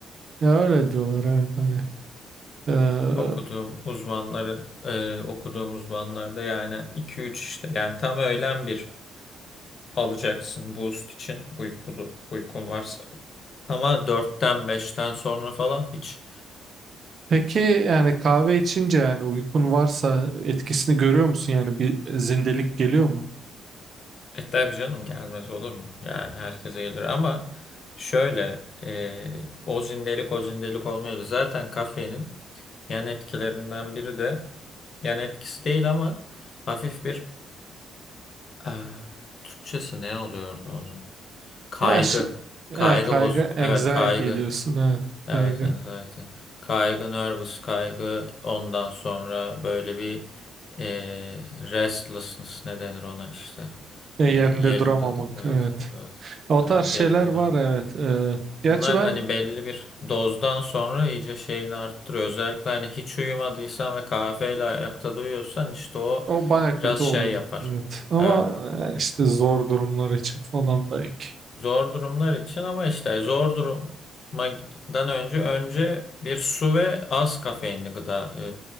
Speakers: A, on the right; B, on the left.
A: Ya öyle diyorlar evet hani. Ee,
B: Okuduğum uzmanların e, okuduğum uzmanlarda yani iki üç işte yani tam öğlen bir alacaksın boost için uykulu uykun varsa. Ama dörtten beşten sonra falan hiç.
A: peki yani kahve içince yani uykun varsa etkisini görüyor musun? Yani bir zindelik geliyor mu?
B: E tabii canım gelmez olur mu? Yani herkese gelir ama şöyle e, o zindelik o zindelik olmuyordu. Zaten kafeinin yan etkilerinden biri de yan etkisi değil ama hafif bir ah, Türkçesi ne oluyordu onun? Kaygı.
A: Ya, şi- ya
B: Kaygı
A: kaygı
B: bozuk.
A: anxiety
B: Evet kaygı.
A: diyorsun evet
B: Evet
A: kaygı
B: anxiety. Kaygı nervous kaygı ondan sonra böyle bir eee, restlessness ne denir ona işte.
A: E, yerinde
B: Bir yerinde
A: duramamak
B: evet
A: evet
B: evet
A: o tarz
B: evet
A: şeyler
B: yerinde
A: var
B: durma.
A: evet E, gerçi
B: Bunlar
A: ben
B: hani belli bir dozdan sonra iyice şeyini arttırıyor. Özellikle hani hiç uyumadıysan ve kahveyle ayakta duyuyorsan işte o
A: o baya
B: biraz
A: kötü
B: şey
A: oluyor
B: yapar.
A: evet ama
B: Evet.
A: e, işte zor durumlar için falan belki
B: Zor durumlar için ama işte zor durumdan önce önce bir su ve az kafeinli gıda e,